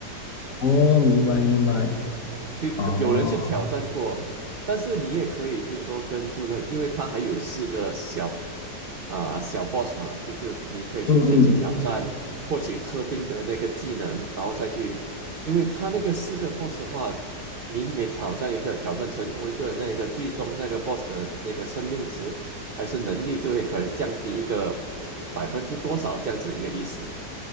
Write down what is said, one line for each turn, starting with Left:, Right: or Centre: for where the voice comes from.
Left: 哦，明白明白，
Right: 就可有人去挑战过，
Left: 哦，
Right: 但是你也可以去说跟住那个，因为他还有四个小啊、小 boss 嘛，就个你可以去先去挑战，
Left: 嗯嗯
Right: 获取特定的那个技能，然后再去，因为他那个四个 boss 的话，你每挑战一个，挑战成功一个，那个最终那个 boss 的那个生命值还是能力就会可能降低一个百分之多少这样子一个意思。